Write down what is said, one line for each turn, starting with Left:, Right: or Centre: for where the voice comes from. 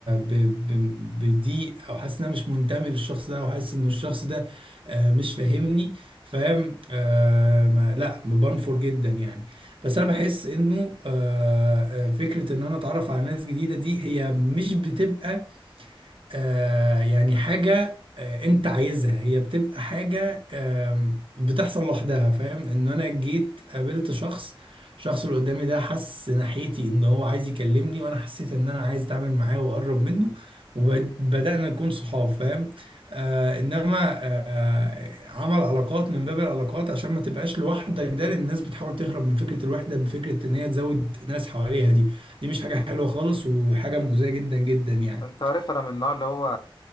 Right: ب- ب- بضيق او حاسس ان انا مش منتمي للشخص ده وحاسس ان الشخص ده آه، مش فاهمني فاهم آه ما لا بنفر جدا يعني بس انا بحس انه آه آه، فكره ان انا اتعرف على ناس جديده دي هي مش بتبقى آه يعني حاجة آه انت عايزها هي بتبقى حاجة آم، بتحصل لوحدها فاهم ان انا جيت قابلت شخص الشخص اللي قدامي ده حس ناحيتي ان هو عايز يكلمني وانا حسيت ان انا عايز اتعامل معاه واقرب منه وبدأنا نكون صحاب فاهم آه انما آه عمل علاقات من باب العلاقات عشان ما تبقاش لوحدك ده لان الناس بتحاول تهرب من فكرة الوحدة بفكرة ان هي تزود ناس حواليها دي دي مش حاجة حلوة خالص وحاجة مؤذية جدا جدا يعني
Left: أنت عارف أنا من النوع اللي هو